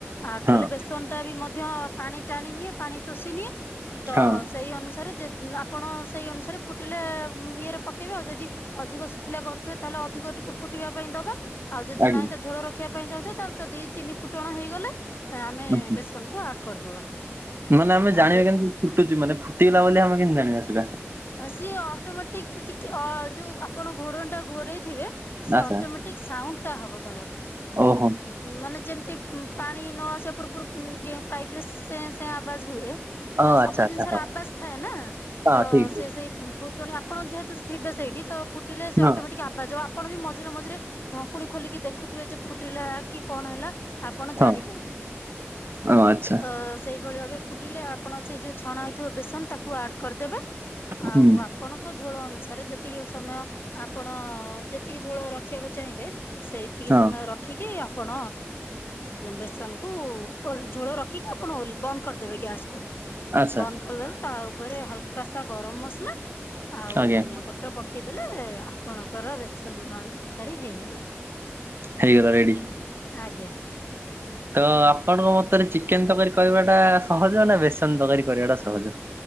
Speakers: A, on the left; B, on the right.
A: ଆଡ କଲେ
B: ଆଚ୍ଛା ହଁ
A: ବେସନ ଟା ବି ମ ମଧ୍ୟ ପାଣି ଟାଣି ନିଏ ପାଣି ଶୋଷି ନିିଏ ତ
B: ହଁ
A: ସେଇ ଅନୁସାରେ ଯେ ଅ ଆପଣ ସେଇ ଅନୁସାରେ ଫୁଟିଲେ ଇଏରେ ପକେଇବେ ଆଉ ଯଦି ଅଧିକ ଶୁଖିଲା କରୁଥିବେ ତାହେଲେ ଅଧିକ ଟିକେ ଫୁଟିବା ପାଇଁ ଦବ। ଆଉ ଯଦି
B: ଆଜ୍ଞା
A: ନହିଁ ତ ଝୋଳ ରଖିବା ପାଇଁ ଚାହୁଁଥିବେ ତାହଲେ ଦିଇ ତିନି ଫୁଟଣ ହେଇଗଲେ ଆମେ
B: ହୁଁ ହୁଁ।
A: ବେସନକୁ ଆଡ କରିଦବା।
B: ମାନେ ଆମେ ଜାଣିବା
A: ଆ ବେ
B: କେମିତି ଫୁଟୁଚି ମାନେ ଫୁଟିଗଲା ବୋଲି ଆମେ କେମିତି ଜାଣିବା ସେଇଟା?
A: ସିଏ ଅଟୋମେଟିକ ଟିକେ ଅ ଯୋଉ ଆପଣ ଘୋଡଣି ଟା ଘୋରେଇଥିବେ ସେ
B: ଆଚ୍ଛା
A: ଅଟୋମଟିକ ସାଉଣ୍ଡ ଟା ହବ ଧର
B: ଓହୋ।
A: ମାନେ ଯେମ ମତି ପାଣି ନ ଆସିବା ପୂର୍ବରୁ ପାଇପ୍ରେ ସେ ସେ ଆବାଜ ହୁଏ
B: ହଁ
A: ତ ସବୁ
B: ଆଚ୍ଛା ଆଚ୍ଛା
A: ଜିନିଷର
B: ହଁ
A: ଆବାଜ ଥାଏ ନା
B: ହଁ
A: ତ
B: ଠିକ୍ ଠିକ୍
A: ସେ ସେଇ ଫୁଟୁଣି ଆପଣ ଯେହେତୁ ଥିବେ ସେଇଠି ତ ଫୁଟିଲେ ସେ
B: ହଁ
A: ଅଟୋମେଟିକ୍ ଆବାଜ ହ ଆପଣ ବି ମଝିରେ ମଝିରେ ଢଙ୍କୁଣୀ ଖୋଲିକି ଦେଖୁଥିବେ ଯେ ଫୁଟିଲା କି କଣ ହେଲା ଆପଣ
B: ହଁ
A: ଜାଣିପାରିବେ
B: ହଁ ଆଚ୍ଛା
A: ତ ସେଇ ଏଭଳି ଭାବରେ ଫୁଟିଲେ ଆପଣ ସେଇ ଯଉ ଛଣା ହେଇଥିବ ବେସନ ତାକୁ ଆଡ୍ କରିଦେବେ। ଆଉ
B: ହୁଁ
A: ଆପଣଙ୍କ ଝୋଳ ଅନୁସାରେ ଯେତିକି ସମୟ ଆପ ଣ ଯେତିକି ଝୋଳ ରଖିବାକୁ ଚାହିଁବେ ସେ ଏତିକି
B: ହଁ
A: ସମୟ ରଖିକି ପଣ ବେସନ କୁ ଅ ଝୋଳ ର କି ଆପଣ ବନ୍ଦ କରିଦେବେ ଗ୍ୟାସ୍ କୁ
B: ଆଚ୍ଛା
A: ବନ୍ଦ୍ କରିଦେଲେ ତା ଉପରେ ହାଲ୍କା କା ସା ଗରମ ମସଲା ଆଉ
B: ଆଜ୍ଞା
A: ଧନିଆ ପତ୍ର ପକେଇଦେଲେ ଆପଣଙ୍କର ରେ ସମ ଆଳୁ ତରକାରୀ ହେଇଗଲା।
B: ହେଇଗଲା ରେଡ଼ି।
A: ଆଜ୍ଞଆ।
B: ତ ଆପଣଙ୍କ ମତରେ ଚିକେନ ତରକାରୀ କରିବାଟା ସହଜ ନା ବେସନ ତରକାରୀ କରିବାଟା ସହଜ? <inaudible>